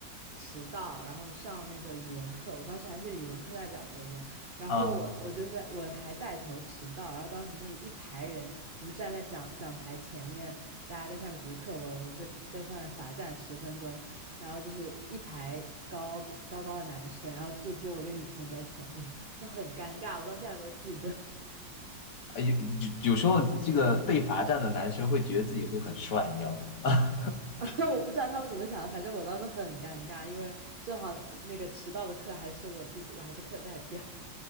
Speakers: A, on the right; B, on the left.
A: 迟到，然后上那个语文课，我当时还是语文课代表高中，然后我我就是我还带头迟到，
B: 啊、
A: 然后当时就是一排人，我们站在讲讲台前面，大家在下面读课文，我们被在上面罚站十分钟，然后就是一排高高高的男生，然后就只有我一个女生在前面，就很尴尬，我到现在都记得。
B: 啊有有有时候这个被罚站的男生会觉得自己会很帅，你知道吗？<laughs>
A: <laughs> 我不知道他们怎么想的，反正我当时很尴尬，因为正好那个迟到的课还是我自己，我还是课代表。